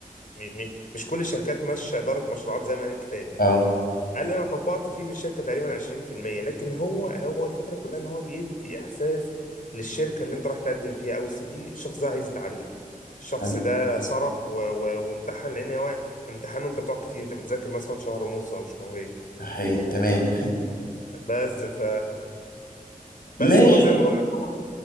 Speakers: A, on the left; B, on the left.
A: م- م- مش كل الشركات ماشيه اداره مشروعات زي ما قال الكتاب
B: اه
A: قال لي انا طبقت فيه بالشركه تقريبا 20% لكن هو هو الفكره كلها ان هو بيدي احساس للشركه اللي انت راح تقدم فيها او السي في الشخص ده عايز يتعلم الشخص
B: مم.
A: ده صرف و... و... وامتحن لان هو امتحانه انت بتقعد كتير انت بتذاكر مثلا شهر ونص او شهرين
B: حقيقي تمام
A: بس ف
B: <laughs>
A: بس
B: ماشي
A: هو زي ما بقول لك هو